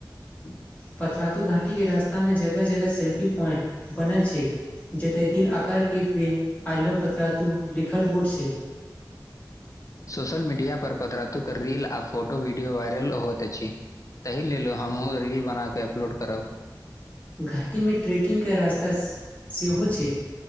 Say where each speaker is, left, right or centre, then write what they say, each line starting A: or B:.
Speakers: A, on the left (about 45°); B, on the left (about 20°).
A: हू <inaudible>
B: पतराातू घाटी के रास्तामे, जगह- जगह सेल्फी प्वाइंट, बनल छै। जतय दिल आकारके, प्रेम आइ लव पत्रा तू लिखल बोर्ड छैक।
A: सोशल मीडिया पर, पदरातुक रील, आ फोटो, वीडियो, वायरल होइत अछि। ताहि लेल हमहूँ, रील बनााके अपलोड करब।
B: घाटीमे ट्रैेकिंगके रास्ता सेहो छै।